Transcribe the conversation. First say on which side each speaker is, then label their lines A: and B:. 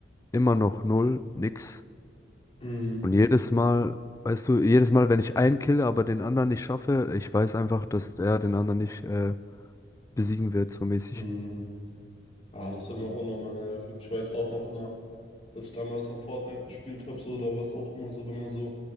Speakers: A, on the left; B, on the left.
A: immer noch null, nix.
B: mhm,
A: Und jedes Mal, weißt du, jedes Mal, wenn ich einen kille, aber den anderen nicht schaffe, ich weiß einfach, dass er den anderen nicht äh, besiegen wird, so mäßig.
B: mhm. Ah, das ist immer unnormal nervig. Ich weiß auch noch immer, als ich damals noch Fortnite gespielt habe, so, da war es auch immer so, wenn man so,